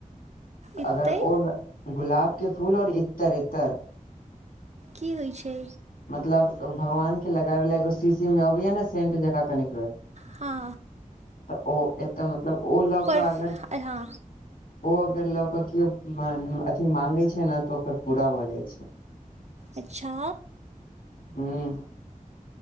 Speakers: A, on the right; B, on the left.
A: एतै
B: अगर ओल, गुलाब के फूल और इत्तर इत्तर
A: की होइ छै
B: मतलब, भगवान के लगाबैला एगो सीशी मे अबैया न सेंट जकां कनिक तऽ,
A: हँ
B: ओ एतऽ मतलब ओ लऽ
A: पर
B: कऽ अगर
A: हँ
B: ओ अगर लऽकऽ किओ अथी माँंगै छै ने तऽ ओकर पूरा भऽ जाइ छै
A: अच्छा
B: हुं